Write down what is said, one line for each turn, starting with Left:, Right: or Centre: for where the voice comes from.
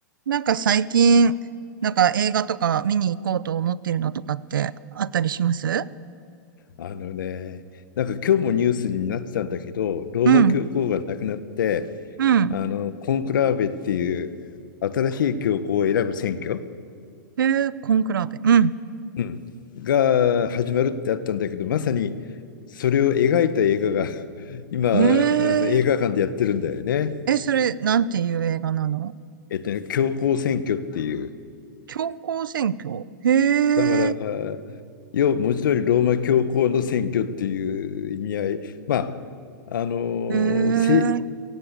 Right: なんか最近、なんか映画とか見に行こうと思っているのとかってあったりします
Left: あのね、なんか今日もニュースになってたんだけど、ローマ教皇が亡くなって、
Right: うん。うん。
Left: あのコンクラーベっていう新しい教皇を選ぶ選挙、
Right: へえ、コンクラーベ。うん。
Left: うん、が始まるってあったんだけど、まさにそれを描いた映画が <laughs> 今、あ
Right: へえ。
Left: の映画館でやってるんだよね。
Right: え、それ、なんていう映画なの
Left: えっとね、教皇選挙っていう。
Right: 教皇選挙。へえ。
Left: だから、要は文字通りローマ教皇の選挙っていう意味合い。まああのせ
Right: へえ。